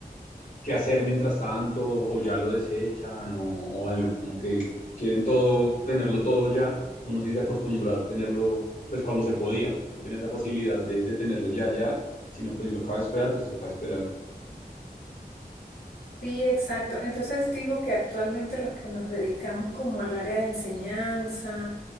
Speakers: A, on the left; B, on the left.
A: qué hacer mientras tanto o ya lo desechan o, o algo, como que quieren todo, tenerlo todo ya, uno sí se acostumbró a tenerlo pues cuando se podía, no tenía esa facilidad de, de tenerlo ya, ya, si no pues si tocaba esperar, pues tocaba esperar.
B: Sí, exacto. Entonces digo que actualmente los que nos dedicamos como al área de enseñanza,